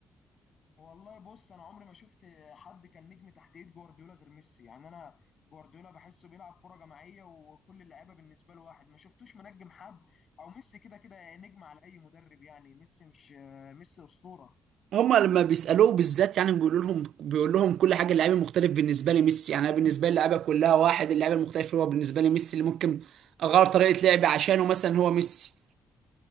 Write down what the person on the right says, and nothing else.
هما لما بيسالوه بالذات يعني بيقول لهم بيقول لهم كل حاجه اللعيب المختلف بالنسبه لي ميسي يعني انا بالنسبه لي اللعيبه كلها واحد اللعيب المختلف هو بالنسبه لي ميسي اللي ممكن اغير طريقه لعبي عشانه مثلا هو ميسي